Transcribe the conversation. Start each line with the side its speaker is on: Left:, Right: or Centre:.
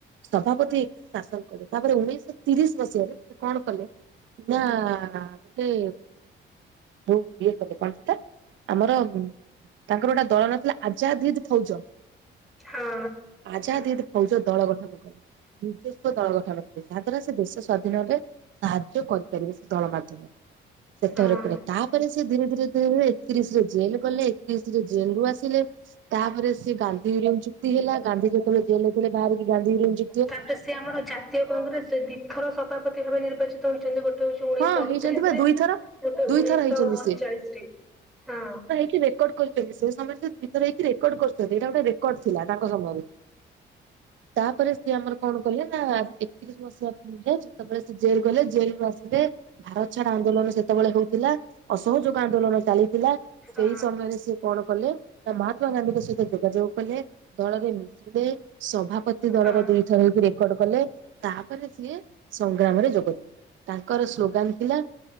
Right: ସଭାପତି ଶାସନ କଲେ ତାପରେ ଉଣେଇଶ ତିରିଶ ମସିହାରେ ସେ କଣ କଲେ। ନା ଗଟେ। ହ ଇଏ କଲେ କଣଟା ଆମର ତାଙ୍କର ଗୋଟେ ଦଳ ନା ଥିଲା ଆଜାଦ ହିଦ। ଫୈଜ
Centre: ହଁ
Right: ଆଜାଦ ହିଦ ଫୌଜ ଦଳ ଗଠନ କଲେ। ନିଜସ୍ୱ ଦଳ ଗଠନ କଲେ ତାହା ଦ୍ଵାରା ସେ ଦେଶ ସ୍ଵାଧୀନରେ। ସାହାଯ୍ୟ କରିପାରିବେ ସେ ଦଳ ମାଧ୍ୟମରେ। ସେଥର
Centre: ହଁ।
Right: କର ତାପରେ ସେ ଧୀରେ ଧୀରେ ଧୀରେ ଧୀରେ ଏକତିରିଶରେ ଜେଲ ଗଲେ ଏକତିରିଶ। ଜେଲ ରୁ ଆସିଲେ। ତାପରେ ସେ ଗାନ୍ଧି ୟୁରିୟମ ଚୁକ୍ତି ହେଲା ଗାନ୍ଧି ଯେତେବେଳେ ଜେଲ ଥିଲେ ବାହାରିକି ଗାନ୍ଧି ୟୁରିୟମ ଚୁ
Centre: ତାପରେ ସେ ଆମର ଜାତୀୟ କଂଗ୍ରେସରେ ଦିଥର ସଭାପତି ଭାବେ ନିର୍ବାଚିତ ହୋଇଛନ୍ତି ଗୋଟ। ଗୋଟେ ହଉଛି ଉଣେଇଶହ
Right: ହଁ
Centre: ଅଠତିରିଶ
Right: ହେଇଛନ୍ତି ବା
Centre: ରେ
Right: ଦୁଇଥର
Centre: ଗୋଟେ
Right: ଦୁଇଥର
Centre: ଉଣେଇଶହ
Right: ହେଇଛନ୍ତି
Centre: ଅଣଚାଳିଶ ରେ ହଁ।
Right: କି ରେକର୍ଡ କରିଛନ୍ତି ସେ ସମୟରେ ସେ ଦୁଇଥର ହେଇକି ରେକର୍ଡ କରୁଛନ୍ତି ଏଇଟା ଗୋଟେ ରେକର୍ଡ ଥିଲା ତାଙ୍କ ସମୟରେ। ତାପରେ ସିଏ ଆମର କଣ କଲେ ନା ଏତିରି। ବସିବା ପ ଯେତେବେଳେ ସେ ଜେଲ ଗଲେ ଜେଲ ରୁ ଆ ଲେ ଭାରତ ଛାଡ ଆନ୍ଦୋଳନ ସେତେବେଳେ ହଉଥିଲା ଅସହଯୋଗ ଆନ୍ଦୋଳନ ଚାଲିଥିଲା।
Centre: ହଁ
Right: ସେଇ ସମୟରେ ସିଏ କଣ କଲେ ନା ମହାତ୍ମା ଗାନ୍ଧୀଙ୍କ ସହିତ ଯୋଗାଯୋଗ କଲେ। ଦଳରେ ମିଶିଲେ ସଭାପତି ଦଳରେ
Centre: ହଁ।
Right: ଦୁଇ ଥର ହେଇକି ରେକର୍ଡ କଲେ। ତାପରେ ସିଏ ସଂଗ୍ରାମରେ ଯୋଗଦଲେ। ତାଙ୍କର ସ୍ଲୋଗାନ ଥିଲା